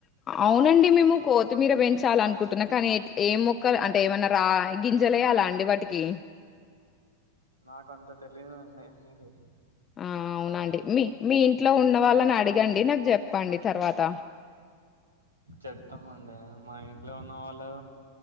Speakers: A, on the left (about 25°); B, on the right (about 85°).
A: అవునండీ మేము కోత్ మీరు పెంచాల అనుకుంటున్న కానీ ఏం మొక్కలు అంటే ఏమన్నా రా గింజలెయ్యలా అండి వాటికీ
B: నాకంత తెలీదండీ మీరే
A: ఆ అవునండి మీ మీ ఇంట్లో ఉన్న వాళ్ళని అడిగ్ గండీ నాకు జెప్పండి తర్వాతా
B: చెప్తమండీ మా ఇంట్లో ఉన్నవాళ్ళు